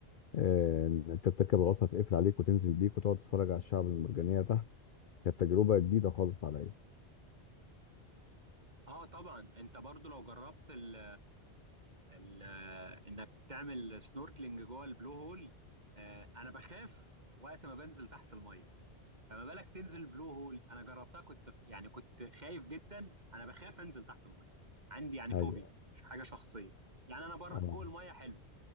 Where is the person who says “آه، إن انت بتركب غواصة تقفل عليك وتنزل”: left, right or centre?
Left